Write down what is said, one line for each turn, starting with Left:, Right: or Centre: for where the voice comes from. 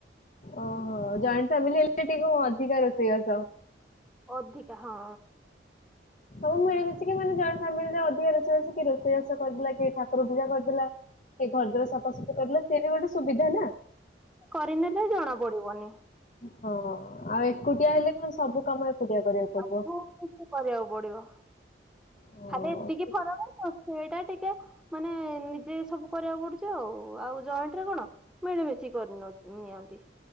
Left: ଓହୋ ଜଏଣ୍ଟ ଫ୍ୟାମିଲି ହେଲେ ଟିକେ ଅଧିକା ରୋଷେଇବା ସ।
Centre: ଅଧିକା ହଁ।
Left: ସବୁ ମିଳିମିଶିକି ମାନେ ଜଏଣ୍ଟ ଫାମିଲିରେ ଅଧିକା ରୋଷେଇବାସ କି ରୋଷେଇବା ବାଷ କରିଦଥିଲା କି ଠାକୁର ପୂଜା କରିଦେଲା। କିଏ ଘର ଦ୍ୱାର ସଫାସୁଫି କରିଲେ ସେ ବି ଗୋଟେ ସୁବିଧା ନା।
Centre: କରିନେଲେ ଜଣା ପଡିବନି।
Left: ହଁ ଆଉ ଏକୁଟିଆ ହେଲେ କଣ ସବୁ କାମ ଏକୁଟିଆ କରିବାକୁ ପଡିବ
Centre: ଆଉୁ ବ <unintelligible> କି କରିବାକୁ ପଡିବ।
Left: ହଁ
Centre: ଖାଲି ଏତିକି ଫରକ ରୋଷେଇ ଟା ଟିକେ ମାନେ ନିଜେ ସବୁ କରିବାକୁ ପଡୁଛି ଆଉ ଆଉ ଜଏଣ୍ଟ ରେ କଣ ମିଳିମିଶି କରିନ ନିଅନ୍ତି।